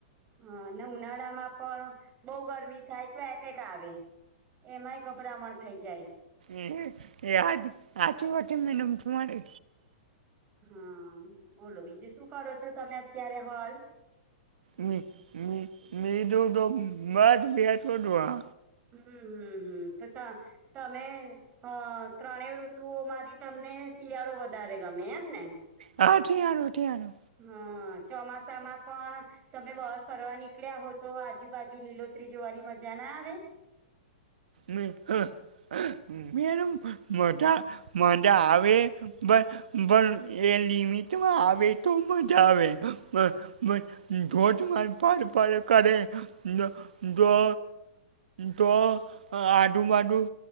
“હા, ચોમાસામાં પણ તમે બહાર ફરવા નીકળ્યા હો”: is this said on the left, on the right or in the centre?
Right